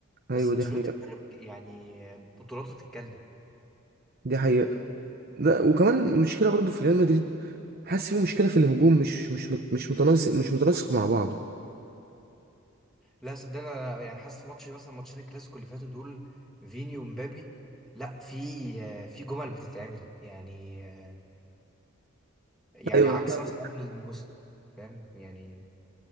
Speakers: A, in the centre; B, on the right.
A: بس
B: ايوه
A: انشيلوتي
B: دي حقيقة
A: بيدرب يعني بطولاته تتكلم
B: دي حقيقة لا وكمان مشكلة برضو في ريال مدريد حاسس في مشكلة في الهجوم مش مش مت- مش متناسق مش متناسق مع بعضه
A: لا صدقني انا أنا يعني حاسس في ماتش مثلا ماتشين الكلاسيكو اللي فاتوا دول فيني ومبابي لا في آه، في جمل بتتعمل يعني آه، يعني
B: ايوه
A: عكس
B: انا فاهمك
A: مثلا اول الموسم فاهم يعني